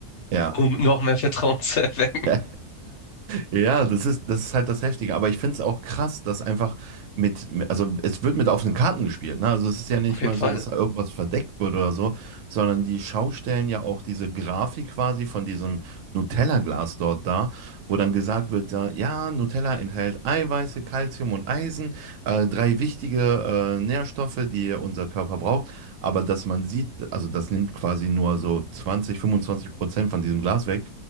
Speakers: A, on the right; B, on the left.
A: Ja.
B: Um noch mehr Vertrauen <laughs> zu erwecken.
A: <laughs> Ja, das ist, das ist halt das Heftige. Aber ich finde es auch krass, dass einfach mit, also es wird mit offenen Karten gespielt, ne? Also es ist ja nicht
B: Auf jeden
A: mal
B: Fall.
A: so, dass da irgendwas verdeckt wird oder so, sondern die schaustellen ja auch diese Grafik quasi von diesem Nutella-Glas dort da, wo dann gesagt wird, ja, ja, Nutella enthält Eiweiße, Kalzium und Eisen, äh, drei wichtige äh, Nährstoffe, die unser Körper braucht. Aber dass man sieht, also das nimmt quasi nur so 20, 25 Prozent von diesem Glas weg.